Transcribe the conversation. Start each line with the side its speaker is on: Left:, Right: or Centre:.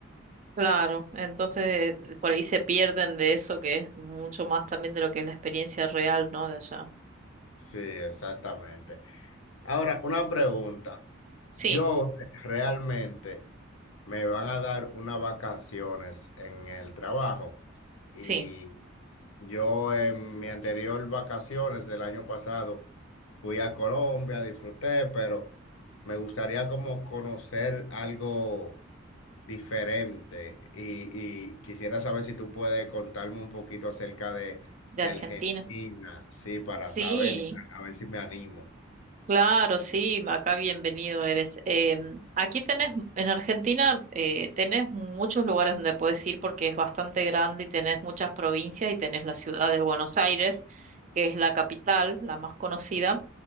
Right: Claro, entonces por ahí se pierden de eso que es mucho más también de lo que es la experiencia real, ¿no? De allá.
Left: Sí, exactamente. Ahora, una pregunta.
Right: Sí,
Left: Yo re- realmente me van a dar unas vacaciones en el trabajo y
Right: sí,
Left: yo en mi anterior vacaciones del año pasado fui a Colombia, disfruté, pero me gustaría como conocer algo diferente y, y quisiera saber si tú puedes contarme un poquito acerca de,
Right: de
Left: de
Right: Argentina.
Left: Argentina, sí, para
Right: Sí.
Left: saber, a ver si me animo.
Right: Claro, sí, acá bienvenido eres. Em, aquí tenés, en Argentina, eh, tenés muchos lugares donde puedes ir porque es bastante grande y tenés muchas provincias y tenés la ciudad de Buenos Aires, que es la capital, la más conocida.